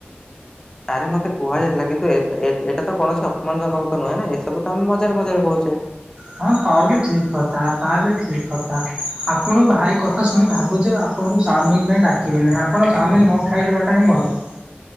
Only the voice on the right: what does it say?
ହଁ ତା ବି ଠିକ କଥା ତା ବି ଠିକ କଥା। ଆପଣଙ୍କ ଭାଇ କଥା ଶୁଣି ଭାବୁଛି ଆପଣଙ୍କୁ ଚାଉମିନ ପାଇଁ ଡ଼ାକିବି ନାଇଁ ଆପଣ ଚାଉମିନ ନ ଖାଇ ଦେବାଟା ହିଁ ଭ ଭଲ।